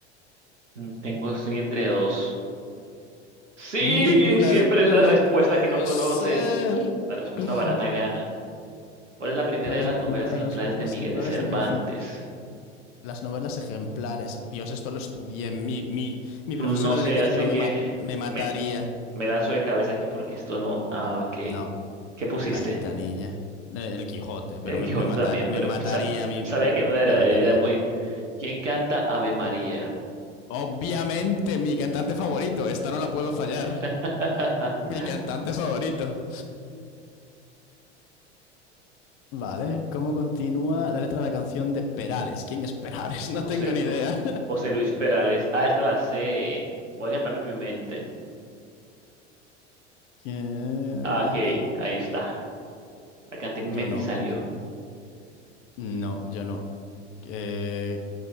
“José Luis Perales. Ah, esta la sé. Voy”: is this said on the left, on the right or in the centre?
Right